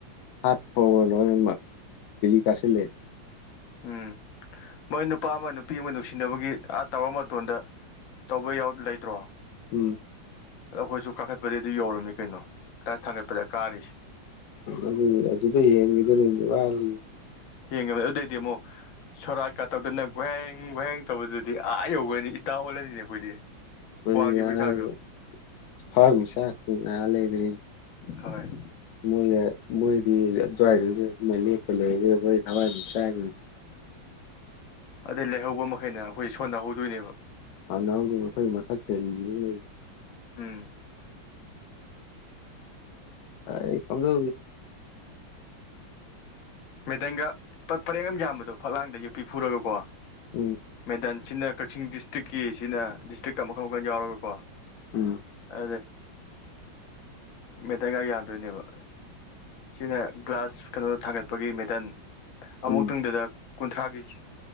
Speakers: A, on the left; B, on the left.
A: ꯍꯠ ꯐꯕꯣꯏ ꯛ ꯑꯥꯁꯦ
B: ꯎꯝ ꯃꯣꯏ ꯅꯨꯄꯥ ꯑꯃ ꯅꯨꯄꯤ ꯑꯃ ꯅꯨꯡꯁꯤꯅꯕꯒꯤ ꯑꯥ ꯇꯧꯔ ꯃꯇꯣꯟꯗ ꯇꯧꯕ ꯌꯥ ꯂꯩꯇ꯭ꯔꯣ
A: ꯎꯝ
B: ꯑꯗꯣ ꯑꯩꯈꯣꯏꯁꯨ ꯀꯥꯈꯠꯄꯗꯤꯩ ꯑꯗꯨ ꯌꯧꯔꯝꯅꯤ ꯀꯩꯅꯣ ꯈꯁ ꯊꯥꯡꯒꯠꯄꯗ ꯀꯥꯔꯤꯁꯦ
A: ꯑꯗꯨ ꯑꯗꯨꯗ ꯍꯦꯟꯈꯤꯗꯅꯗꯤ ꯋꯥꯜꯂꯤ
B: ꯍꯦꯡꯉꯕꯅꯤ ꯑꯗꯨꯗꯏꯗꯤ ꯑꯃꯨꯛ ꯁꯣꯔꯥ ꯀꯥꯠꯇꯧꯗꯅ ꯒ꯭ꯋꯍꯦꯡ ꯒꯨꯋꯍꯦꯡ ꯇꯧꯕꯗꯨꯗꯤ ꯑꯥ ꯌꯧꯒꯅꯤ ꯇꯥ ꯑꯣꯜꯂꯅꯤꯅꯦ ꯑꯩꯈꯣꯏꯗꯤ
A: ꯑꯩꯣꯏ
B: ꯋꯥꯡꯈꯤꯕꯒꯤ ꯆꯥꯡꯗꯣ
A: ꯐ ꯆꯥꯛ ꯉ ꯂꯩꯗ꯭ꯔꯤ
B: ꯍꯣꯏ
A: ꯃꯣꯏꯅ ꯃꯣꯏꯗꯤ ꯑꯗꯨꯋꯥꯏꯗꯨꯁꯨ ꯑꯗꯨꯃꯥꯏꯅ ꯂꯦꯞꯄ ꯂꯩ ꯑꯗꯨꯒ ꯃꯣꯏ ꯊꯋꯥꯏꯗꯨ ꯁꯥꯏ
B: ꯑꯗꯩ ꯂꯩꯍꯧꯕ ꯃꯈꯩꯅ ꯑꯩꯈꯣꯏ ꯁꯣꯟꯅꯍꯧꯗꯣꯏꯅꯦꯕ
A: ꯃꯅꯥꯎꯗꯨ ꯃꯈꯈꯣꯏ ꯃꯊꯛꯇꯕꯤꯗꯨꯅ ꯂꯩꯔꯤ
B: ꯎꯝ
A: ꯑ ꯈꯝꯗ
B: ꯃꯦꯗꯪꯒ ꯄꯔꯦꯡ ꯑꯃ ꯌꯥꯝꯕꯗꯣ ꯐꯛꯂꯥꯡꯗ ꯌꯄꯤ ꯐꯨꯔꯒꯀꯣ
A: ꯎꯝ
B: ꯃꯦꯗꯥꯟ ꯁꯤꯅ ꯀꯛꯆꯤꯡ ꯗꯤꯁꯇ꯭ꯔꯤꯛꯀꯤ ꯁꯤꯅ ꯗꯤꯁꯇ꯭ꯔꯤꯛꯀ ꯃꯈꯟ ꯃꯈꯜ ꯌꯥꯎꯔꯒꯀꯣ
A: ꯎꯝ
B: ꯑ ꯃꯦꯇꯒ ꯌꯥꯟꯗꯣꯏꯅꯦꯕ ꯁꯤꯅ ꯒ꯭ꯂꯥꯁ ꯀꯩꯅꯣ ꯊꯥꯡꯒꯠꯄꯒꯤ ꯃꯦꯇꯟ ꯑꯃꯨꯛꯛꯇꯪꯗꯨꯗ
A: ꯎꯝ
B: ꯀꯨꯟꯊ꯭ꯔꯥꯒꯤ